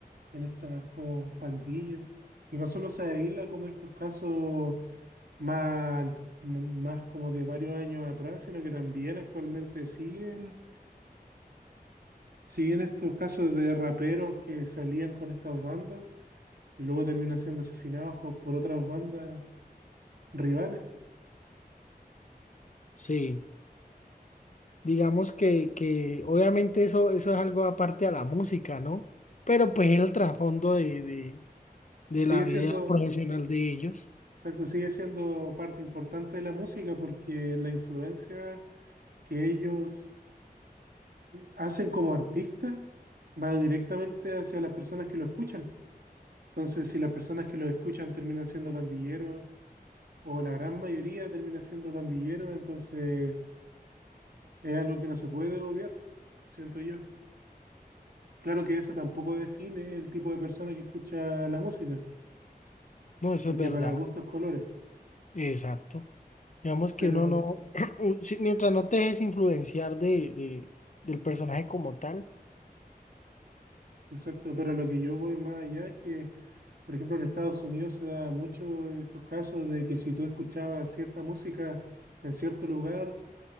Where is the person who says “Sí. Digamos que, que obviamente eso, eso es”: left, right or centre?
Left